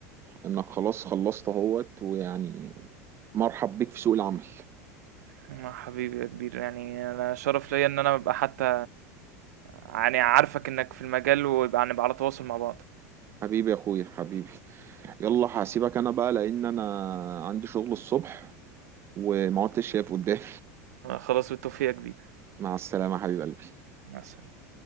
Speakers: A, on the right; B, on the right.
A: انك خلاص خلصت اهوت ويعني مرحب بيك في سوق العمل
B: آه، حبيبي يا كبير يعني انا شرف ليا ان انا ابقى حتى يعني عارفك انك في المجال ويبقى نبقى على تواصل مع بعض
A: حبيبي يا اخويا حبيبي يلا هسيبك انا بقى لان انا عندي شغل الصبح وما عدتش شايف قدامي
B: آه، خلاص بالتوفيق يا كبير
A: مع السلامة يا حبيب قلبي
B: مع السلامة